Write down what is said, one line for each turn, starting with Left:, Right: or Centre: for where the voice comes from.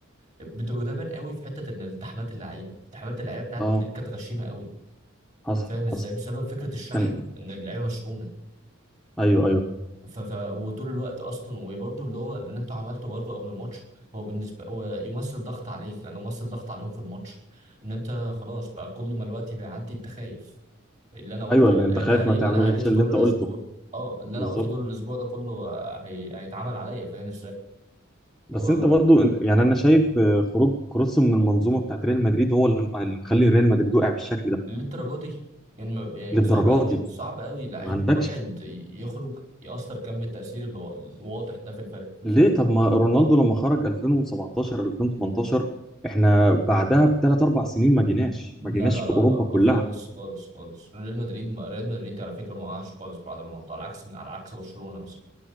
Right: بت- وده بان قوي في حته ان التحامات اللعيبه التحامات اللعيبه بتاعت
Centre: اه
Right: مدريد كانت غشيمه قوي
Centre: حصل
Right: فاهم ازاي
Centre: حصل
Right: بسبب فكره الشحن
Centre: كان
Right: ان اللعيبه مشحونه
Centre: ايوه ايوه
Right: ف... ف... وطول الوقت اصلا وبرده اللي هو اللي انتوا عملته برده قبل الماتش هو بالنسبه هو يمثل ضغط عليك لانه يمثل ضغط عليهم في الماتش ان انت خلاص بقى كل ما الوقت بيعدي انت خايف اللي انا قلته
Centre: ايوه اللي
Right: ال-
Centre: انت
Right: الهاري
Centre: خايف ما تعملش
Right: اللي انا هريته
Centre: اللي
Right: طول
Centre: انت قلته
Right: الاسبوع اه اللي
Centre: بالظبط
Right: انا قلته طول الاسبوع ده كله هي... هيتعمل عليا فاهم
Centre: بس
Right: ازاي
Centre: انت برضو يعني انا شايف آه، خروج كروس من المنظومه بتاعت ريال مدريد هو اللي اللي مخلي ريال مدريد وقع بالشكل ده
Right: للدرجه دي يعني ما- يعني
Centre: للدرجه
Right: صعب قوي
Centre: دي
Right: صعب قوي لعيب
Centre: ما عندكش
Right: واحد يخرج يأثر كم التأثير الوا- الواضح ده في الفرق في الفرق
Centre: ليه طب ما رونالدو لما خرج 2017 2018 احنا بعدها بثلاث اربع سنين ما جيناش ما
Right: لا
Centre: جيناش
Right: لا
Centre: في
Right: لا
Centre: اوروبا
Right: لا لا
Centre: كلها
Right: خالص خالص خالص ريال مدريد ما ريال مدريد على فكرة ما وقعش خالص بعد رونالدو على عكس على عكس برشلونة مثلا